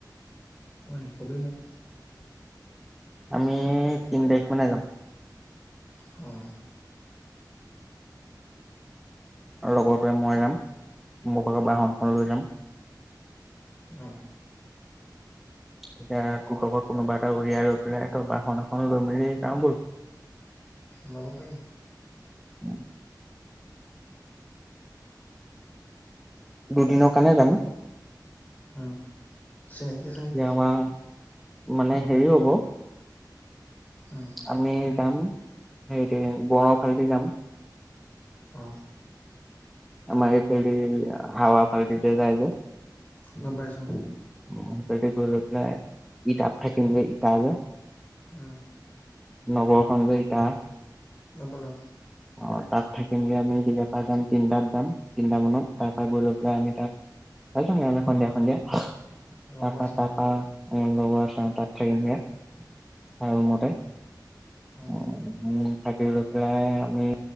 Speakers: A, on the left; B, in the centre.
A: হয় নেকি কবি মোক।
B: আমি তিন তাৰিখ মানে যাম।
A: উম।
B: লগৰতোয়ে মই যাম মোৰ <unintelligible> বাহনখন লৈ যাম।
A: অ'।
B: এতিয়া <unintelligible> কোনোবা এটা উলিয়াই লৈ পেলাই তই বাহন এখন লৈ মেলি যাওঁ ব'ল।
A: যাব পাৰি।
B: উম। দুদিনৰ কাৰণে যাম।
A: উম। চিনাকি আছে নেকি?
B: এতিয়া আমাৰ মানে হেৰি হ'ব,
A: উম
B: আমি যাম সেইটোৱেই <unintelligible> ‌ফালেদি যাম।
A: অ'।
B: আমাৰ এইফালেদি হাৱা ফালদি যে, যায় যে।
A: গম পাইছোঁ।
B: উম, তাতে গৈ লৈ পেলাই ইটাত থাকিম গৈ ইটা যে
A: উম।
B: নগৰখন যে, ইটা।
A: গম পালোঁ।
B: অ', তাত থাকিমগে আমি ইয়াৰ পৰা যাম তিনটাত যাম, তিনটা মানত তাৰপা গৈ লৈ
A: উম
B: পেলাই আমি তাত, <unintelligible> আমি সন্ধিয়া, সন্ধিয়া
A: লগৰ
B: তাৰপা,
A: আছে মানে
B: তাৰপা অ', লগৰ আছে, তাত থাকিম গে। তাৰ
A: উম
B: ৰুমতে,
A: উম
B: অ' থাকি পেলাই আমি